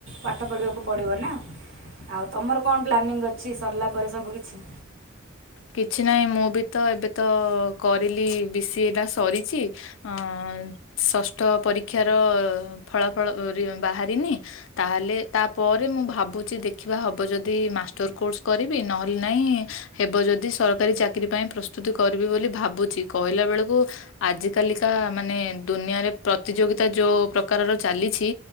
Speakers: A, on the right; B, on the left.
A: ପାଠ ପଢ଼ିବାକୁ ପଡ଼ିବ ନା। ଆଉ ତମର କଣ ପ୍ଲାନିଂ ଅଛି ସରିଲା ପରେ ସବୁ କିିଛି?
B: କିଛି ନାହିଁ ମୁଁବି ତ ଏବେତ କରିଲି ବି ସି ଏ ଟା ସରିଚି ଅ ଷଷ୍ଠ ପରୀକ୍ଷାର ଫଳାଫଳ ରେ ବାହାରିନି ତାହେଲେ ତାପରେ ମୁଁ ଭାବୁଚି ଦେଖିବା ହବ ଯଦି ମାଷ୍ଟର କୋର୍ସ କରିବି ନହେଲେ ନାଇଁ ହେବ ଯଦି ସରକାରୀ ଚାକିରୀ ପାଇଁ ପ୍ରସ୍ତୁତି କରିବି ବୋଲି ଭାବୁଚି କହିଲା ବେଳକୁ ଆଜ କାଲିକା ମାନେ ଦୁନିଆରେ ପ୍ରତିଯୋଗିତା ଯୋଉ ପ୍ରକାରର ଚାଲିଛି